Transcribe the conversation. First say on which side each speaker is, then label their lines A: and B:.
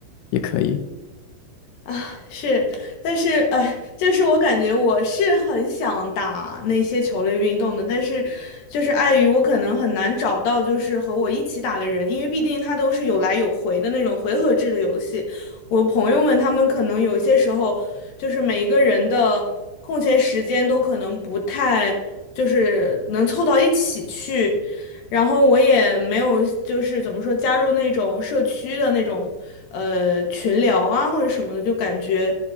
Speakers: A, on the left; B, on the left.
A: 也可以。
B: 啊，是，但是哎，就是我感觉我是很想打那些球类运动的，但是就是碍于我可能很难找到就是和我一起打的人，因为毕竟它都是有来有回的那种回合制的游戏。我朋友们他们可能有些时候就是每一个人的空闲时间都可能不太就是能凑到一起去。然后我也没有，就是怎么说，加入那种社区的那种呃群聊啊或者什么的，就感觉